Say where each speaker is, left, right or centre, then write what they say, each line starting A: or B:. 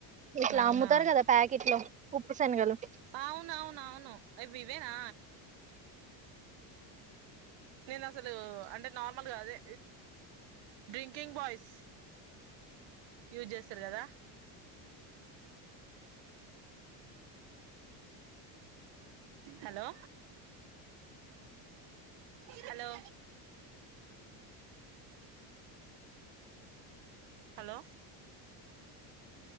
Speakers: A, on the right; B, on the right.
A: ఇట్లా
B: అవునా
A: అమ్ముతారు కదా ప్యాకెట్ లో ఉప్పు శనగలు
B: అవునవునవును అవి ఇవేనా నేను అసలు అంటే నార్మల్గా అదే డ్రింకింగ్ బాయ్స్ యూజ్ చేస్తారు కదా
A: <inaudible>
B: హలో హలో
A: <inaudible>
B: హలో